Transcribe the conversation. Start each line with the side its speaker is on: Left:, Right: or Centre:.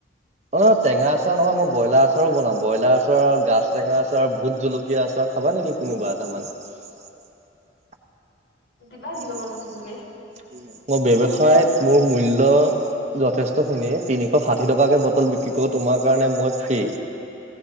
Right: অ টেঙা আচাৰ নহয় মই ব্ৰইলাৰ আচাৰো বনাও ব্ৰইলাৰ আচাৰৰ গাচ টেঙা আচাৰ ভোত জলকীয়া আচাৰ <unintelligible> খাবা নেকি কোনোবা এ তামান <unintelligible>
Left: দিবা দিব
Right: মই
Left: মন আছে যদি
Right: ব্যবসায়ত মোৰ মূল্য যথেষ্ট খিনিয়ে তিনিশ ষাঠি টকাকে বটল বিক্ৰী কৰো তোমাৰ কাৰণে মই ফ্ৰী